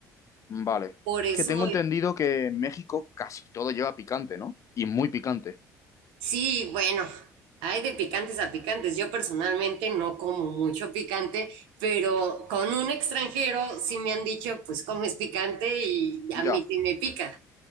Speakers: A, on the left; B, on the right.
A: vale.
B: Por eso
A: Es que tengo entendido que en México casi todo lleva picante, ¿no? Y muy picante.
B: Sí, bueno, hay de picantes a picantes. Yo personalmente no como mucho picante, pero con un extranjero sí me han dicho, pues comes picante y a
A: Ya,
B: mí sí me pica.